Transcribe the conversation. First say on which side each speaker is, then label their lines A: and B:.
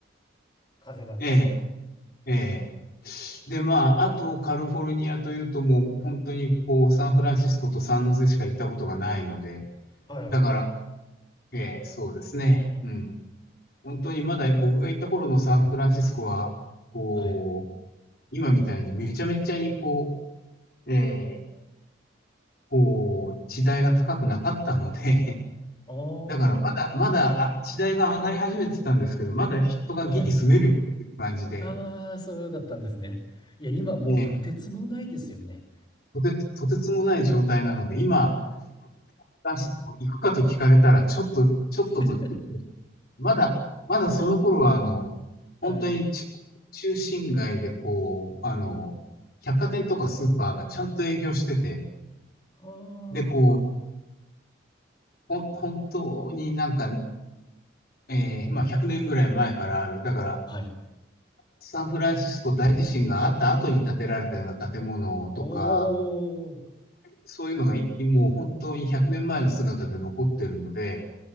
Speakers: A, on the left (about 20°); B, on the left (about 50°).
A: 風なんですね。
B: ええ、ええ。で、まあ、あとカリフォルニアというともう本当にこうサンフランシスコとサンノゼしか行ったことがないので、
A: はい。
B: だから、ええ、そうですね。うん。本当にまだ僕が行った頃のサンフランシスコは、こう、
A: はい。
B: 今みたいにめちゃめちゃにこう、えーこう、地代が高くなかったので、<laughs>
A: おー。
B: だからまだ、まだ、あ、地代が上がり始めてたんですけど、まだ人がギリ住めるっていう感じで、
A: はい。ああ、そうだったんですね。いや、今もうとてつもないですよね。
B: ええとてつ、とてつもない状態なので、今、行くかと聞かれたら、ちょっと、ちょっとと、
A: <laughs>
B: まだ、まだその頃は、あの、本当にち中心街で、
A: はい。
B: こう、あの、百貨店とかスーパーがちゃんと営業してて、
A: あ
B: で、こう、ほん、本当になんかえー、まあ100年ぐらい前からある。だから、
A: あ。はい。
B: サンフランシスコ大地震があった後に建てられたような建物とか、
A: おー。
B: そういうのがいもう本当に100年前の姿で残ってるので、